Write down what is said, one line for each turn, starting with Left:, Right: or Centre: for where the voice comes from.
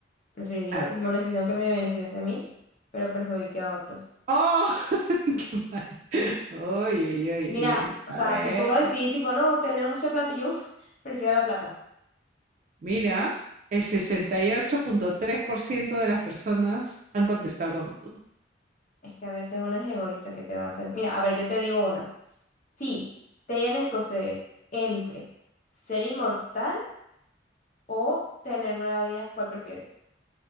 Left: Preferiría
Right: Ah,
Left: tomar
Right: Ay, primero.
Left: una decisión que me beneficie a mí, pero perjudique a otros.
Right: ¡Oh! <laughs> ¡Qué mal! ¡Ay, ay, ay,
Left: Mira,
Right: ay, ay! A
Left: o sea,
Right: ver.
Left: si puedo decir, tipo, no, tener mucha plata, yo uf, prefiero la plata.
Right: Mira, el sesenta y ocho punto tres por ciento de las personas han contestado como tú.
Left: Es que a veces uno es egoísta, ¿qué te va a hacer? Mira, a ver, yo te digo una. Sí, tienes que escoger entre ser inmortal o tener nueva vida, ¿cuál prefieres?